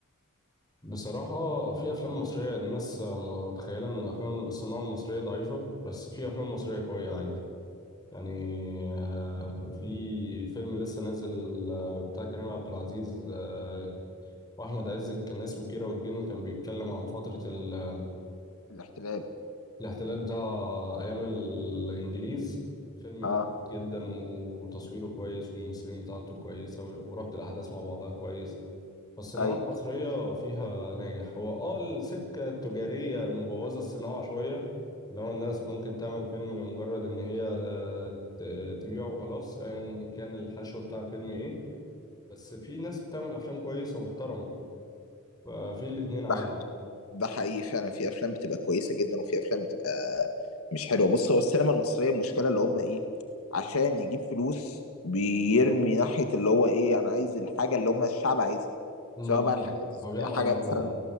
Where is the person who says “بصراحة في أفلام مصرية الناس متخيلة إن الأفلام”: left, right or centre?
Left